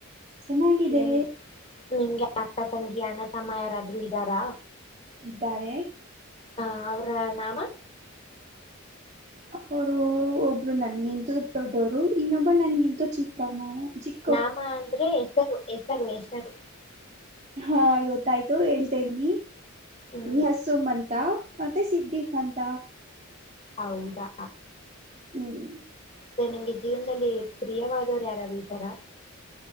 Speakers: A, on the right; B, on the left.
A: ಚೆನ್ನಾಗಿದೆ
B: ನಿನ್ ನಿಮ್ಗೆ ಅಕ್ಕ ತಂಗಿ ಅಣ್ಣ ತಮ್ಮ ಯಾರಾದ್ರೂ ಇದರಾ
A: ಇದ್ದಾರೆ
B: ಹ ಅವ್ರ ನಾಮ
A: ಅವರು ಒಬ್ರು ನನ್ಗಿಂತ ದೊಡ್ಡವರು ಇನ್ನೊಬ್ಬ ನನ್ಗಿಂತೂ ಚಿಕ್ಕವ್ನು ಚಿಕ್ಕ
B: ನಾಮ ಅಂದ್ರೆ ಹೆಸರು ಹೆಸರು ಹೆಸರು
A: ಹಾ ಗೊತ್ತಾಯ್ತು ಹೇಳ್ತಾ ಇದೀನಿ
B: ಹ್ಮ್
A: ನೀ ಸುಮಂತ ಮತ್ತೆ ಸಿದ್ದಿಫ್ ಅಂತ
B: ಹೌದಾ
A: ಹ್ಮ್
B: ಮತ್ತೆ ನಿಮ್ಗೆ ಜೀವನದಲ್ಲಿ ಪ್ರಿಯವಾದವರು ಯಾರಾದ್ರು ಇದರ